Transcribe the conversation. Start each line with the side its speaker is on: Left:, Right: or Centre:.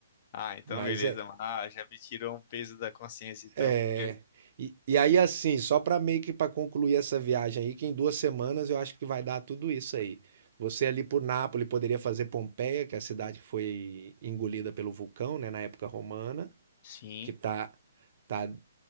Left: Ah, então
Right: Mas
Left: beleza.
Right: é,
Left: mano. Ah, já me tirou um peso da consciência, então,
Right: é...
Left: porque.
Right: E, e aí assim, só para meio que para concluir essa viagem aí, que em duas semanas eu acho que vai dar tudo isso aí. Você ali por Nápoles poderia fazer Pompeia, que é a cidade que foi engolida pelo vulcão, né, na época romana,
Left: Sim,
Right: que tá tá